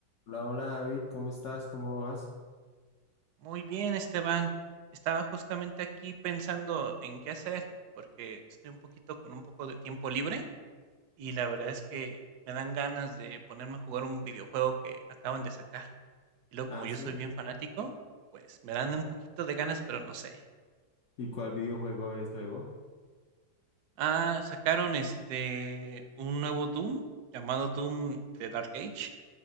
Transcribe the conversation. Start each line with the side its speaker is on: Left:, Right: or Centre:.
Left: Hola, hola David, ¿cómo estás? ¿Cómo vas?
Right: Muy bien, Esteban. Estaba justamente aquí pensando en qué hacer, porque estoy un poquito con un poco de tiempo libre y la verdad es que me dan ganas de ponerme a jugar un videojuego que acaban de sacar. Y luego,
Left: Ah,
Right: como yo
Left: sí.
Right: soy bien fanático, pues me dan un poquito de ganas, pero no sé.
Left: ¿Y cuál videojuego es luego?
Right: Ah, sacaron este un nuevo Doom llamado Doom The Dark Age